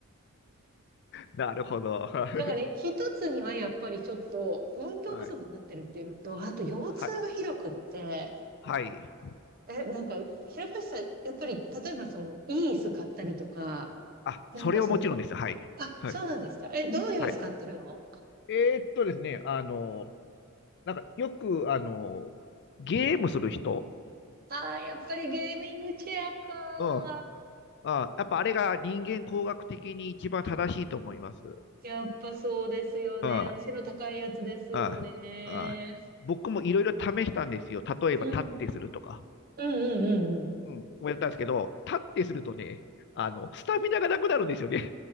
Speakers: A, on the left (about 55°); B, on the right (about 45°).
A: なるほど。はい
B: だからね、一つにはやっぱりちょっと運動不足になってるっていうのと、
A: はい。
B: あと腰痛がひどくって、
A: は、はい。
B: え、なんか、平林さん、やっぱり、例えばその、いい椅子買ったりとか、
A: あ、
B: なんかその、
A: それはもちろんです。はい。
B: あ、
A: はい。
B: そうなんですか。え、どういう椅子買ってるの
A: はい。えーっとですね、あの、なんかよく、あの、ゲームする人、
B: ああ、やっぱりゲーミングチェアか。
A: うん。あ、やっぱあれが人間工学的に一番正しいと思います。
B: やっぱそうですよね。
A: うん。
B: あの、背の高いやつですよね。
A: ああ僕もいろいろ試したんですよ。例えば、
B: うん。
A: 立ってするとか。
B: うんうんうんう
A: うん。もやったんですけど、立ってするとね、あの、スタミナがなくなるんですよね。